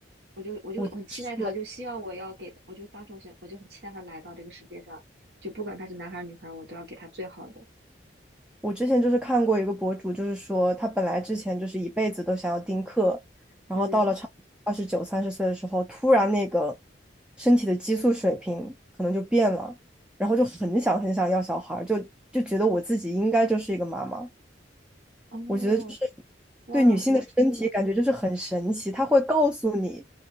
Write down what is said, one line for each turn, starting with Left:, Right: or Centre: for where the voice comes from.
Right: 我就我就很期待他，
Centre: 我是
Right: 我就希望我要给他，我就当时我想我就很期待他来到这个世界上，就不管他是男孩儿女孩儿，我都要给他最好的。
Centre: 我之前就是看过一个博主，就是说他本来之前就是一辈子都想要丁克，然后到了差二十九、
Right: 嗯，
Centre: 三十岁的时候，突然那个身体的激素水平可能就变了，然后就很想很想要小孩儿就就觉得我自己应该就是一个妈妈。
Right: 哦，
Centre: 我觉得就是
Right: 哇，
Centre: 对女性的身体感觉就是很神奇，
Right: 我
Centre: 它会告诉你，